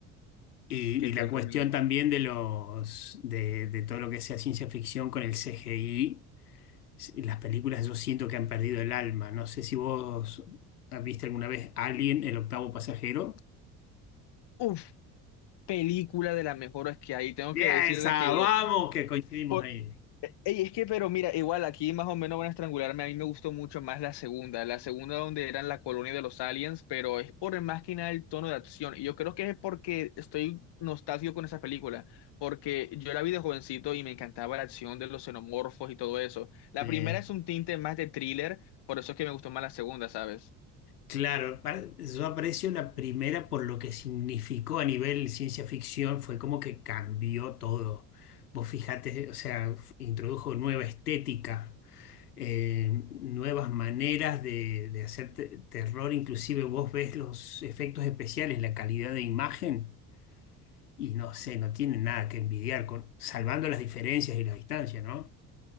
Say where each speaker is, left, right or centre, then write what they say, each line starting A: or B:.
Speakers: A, on the left; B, on the left.
A: Y,
B: Qué
A: y
B: terrible.
A: la cuestión también de los de, de todo lo que sea ciencia ficción con el CGI, s- las películas yo siento que han perdido el alma. No sé si vos viste alguna vez Alien, el octavo pasajero.
B: Uf, película de las mejores que hay. Tengo
A: Bien,
B: que decir
A: esa,
B: de que...
A: vamos, que coincidimos
B: por-
A: ahí.
B: Ey, es que, pero mira, igual aquí más o menos van a estrangularme. A mí me gustó mucho más la segunda, la segunda donde eran la colonia de los aliens, pero es por más que nada el tono de acción. Y yo creo que es porque estoy nostálgico con esa película, porque yo la vi de jovencito y me encantaba la acción de los xenomorfos y todo eso. La
A: Sí.
B: primera es un tinte más de thriller, por eso es que me gustó más la segunda, ¿sabes?
A: Claro, pa- yo aprecio la primera por lo que significó a nivel ciencia ficción, fue como que cambió todo. Vos fijate, o sea, f- introdujo nueva estética, eh, nuevas maneras de, de hacer te- terror, inclusive vos ves los efectos especiales, la calidad de imagen, y no sé, no tiene nada que envidiar, con, salvando las diferencias y la distancia, ¿no?